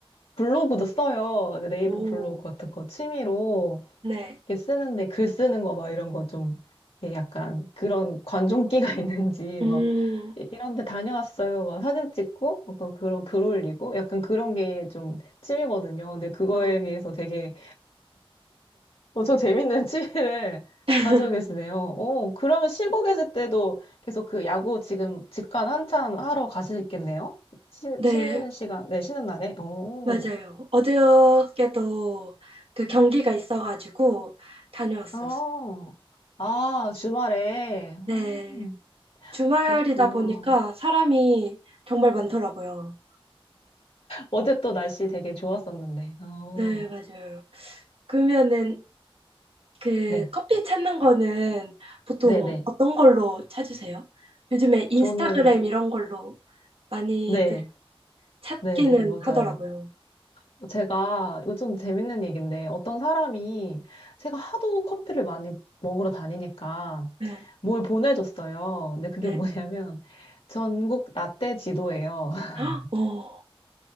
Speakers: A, on the left; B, on the right.
A: 블로그도 써요. 그 네이버
B: 오,
A: 블로그 같은 거 취미로
B: 네,
A: 이렇게 쓰는데 글 쓰는 거 막 이런 거 좀 약간 그런 관종기가 <laughs> 있는지
B: 음,
A: 막 이- 이런 데 다녀왔어요. 막 사진 찍고 약간 그런 글 올리고 약간 그런 게 좀 취미거든요. 근데 그거에
B: 어,
A: 비해서 되게 엄청 재밌는 <laughs> 취미를
B: <laughs>
A: 가지고 계시네요. 어, 그러면 쉬고 계실 때도 계속 그 야구 지금 직관 한참 하러 가시겠네요? 쉬,
B: 네,
A: 쉬는 시간, 네, 쉬는 날에. 어.
B: 맞아요. 어저께도 그 경기가 있어가지고 다녀왔어요.
A: 어, 아, 주말에. 음,
B: 네, 주말이다
A: 그렇구나.
B: 보니까 사람이 정말 많더라고요.
A: 어제 또 날씨 되게 좋았었는데. 어,
B: 네, 맞아요. 그러면은 그
A: 네,
B: 커피 찾는 거는 보통
A: 네 네.
B: 어떤 걸로 찾으세요? 요즘에 인스타그램
A: 저는,
B: 이런 걸로 많이들
A: 네,
B: 찾기는
A: 네 네, 맞아요.
B: 하더라고요.
A: 제가 요즘 재밌는 얘기인데 어떤 사람이 제가 하도 커피를 많이 먹으러 다니니까
B: 네,
A: 뭘 보내줬어요. 근데 그게
B: 네.
A: 뭐냐면 전국 라떼 지도예요. <laughs>
B: 헉, <gasps> 어,